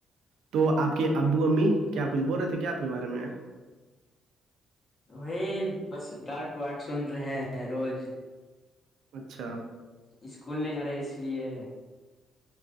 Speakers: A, on the right; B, on the left.
A: تو آپ کے ابو امی کیا کچھ بول رہے تھے کیا آپ کے بارے میں
B: وہی بس ڈانٹ واٹ سن رہے ہیں روز
A: اچھا
B: اسکول نہیں جا رہے اس لیے